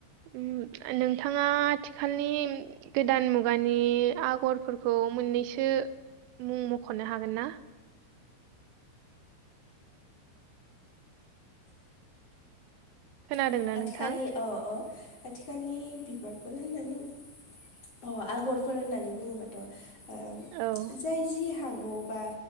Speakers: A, on the right; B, on the left.
A: उम नोंथाङा आथिखालनि गोदान मुगानि आगरफोरखौ मोननैसो मुं मख'नो हागोन ना? खोनादोंना
B: ओ आथिखालनि
A: नोंथां
B: औ अ आथिखालनि बिबार बोर होननानै अ आगरफोर होननानै बुङोबाथ' ओ
A: औ
B: जाय जि हागौ बा